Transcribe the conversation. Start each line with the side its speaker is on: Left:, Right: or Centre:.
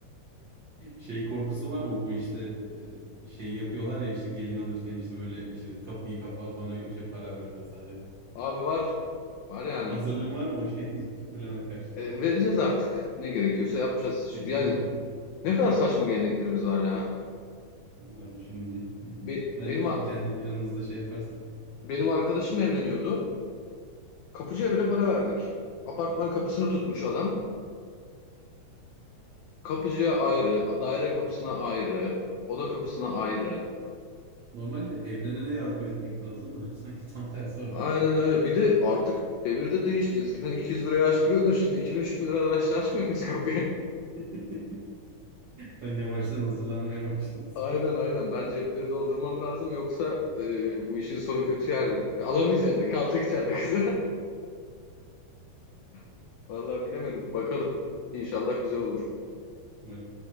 Right: Şey korkusu var mı bu işte e, şey yapıyorlar ya işte gelin alırken işte böyle işte kapıyı kapa bana işte para ver vesaire.
Left: <laughs> Abi var. Var
Right: <laughs>
Left: yani.
Right: Hazırlığın var mı o şey <laughs> plana karşı?
Left: E, vereceğiz artık. Ne gerekiyorsa yapacağız.
Right: Kaçınılmaz.
Left: Yani ne kadar saçma geleneklerimiz var ya.
Right: Valla düşününce. <laughs>
Left: Be-
Right: Belki
Left: benim
Right: kendi planınızda şey yaparsınız.
Left: Benim arkadaşım evleniyordu. Kapıcıya bile para verdik. Apartman kapısını tutmuş adam. Kapıcıya ayrı, daire kapısına ayrı, oda kapısına ayrı.
Right: Normalde evlenene yardım etmek lazım da <laughs> sanki tam tersi var.
Left: Aynen öyle. Bir de artık devir de değişti. Eskiden 200 liraya açtırıyordun. Şimdi 2000-3000 liradan aşağı açmıyor kimse kapıyı.
Right: <laughs> Sen yavaştan hazırlanmaya başlasın
Left: <laughs> Aynen aynen. Ben cepleri doldurmam lazım. Yoksa e, bu işin sonu kötü yani. Alamayacağız. Kalacak içeride kızı. <laughs> Vallahi bilemedim. Bakalım. İnşallah güzel olur.
Right: <laughs> umarım.